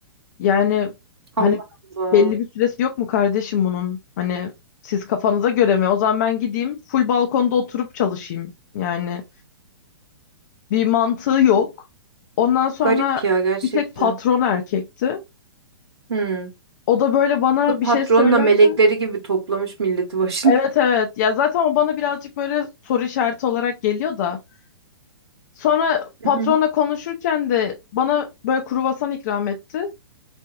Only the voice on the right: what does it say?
Allah Allah.
Garip ya gerçekten.
Hı.
Bu patronla
melekleri gibi toplamış milleti başına.
Hı hı.